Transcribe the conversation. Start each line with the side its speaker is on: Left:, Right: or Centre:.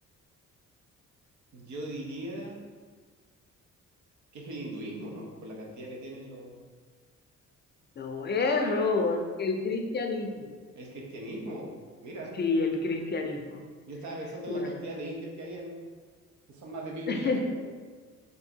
Right: Yo diría que es el hinduismo, ¿no? Por la cantidad que tienen los...
Left: No es Robert, el cristianismo.
Right: El cristianismo, mira,
Left: Sí, el cristianismo.
Right: yo estaba pensando
Left: Un-
Right: en la cantidad de indios que habían, que son más de mil
Left: <laughs>
Right: millones.